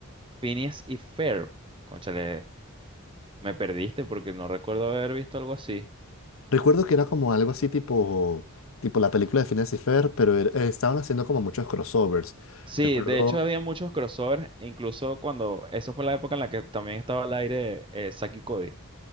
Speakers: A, on the right; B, on the left.
A: Phineas y Ferb. Cónchale, me perdiste porque no recuerdo haber visto algo así.
B: Recuerdo que era como algo así tipo, tipo la película de Phineas y Ferb, pero era- estaban haciendo como muchos crossovers.
A: Sí,
B: Recuerdo.
A: de hecho había muchos crossovers, incluso cuando... Eso fue la época en la que también estaba al aire eh, Zack y Cody.